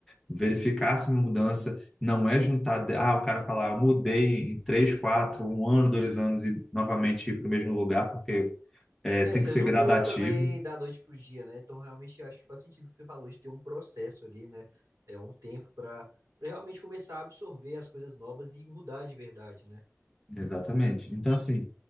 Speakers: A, in the centre; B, on the right.
A: verificar se uma mudança. Não é juntar, de- ah, o cara falar, eu mudei em três, quatro, um ano, dois anos e novamente ir para o mesmo lugar, porque é,
B: É,
A: tem
B: você
A: que ser
B: não
A: gradativo.
B: muda também da noite pro dia, né? Então, realmente, eu acho que faz sentido o que você falou, de ter um processo ali, né? É um tempo pra, para realmente começar a absorver as coisas novas e mudar de verdade, né?
A: Exatamente. Então, assim,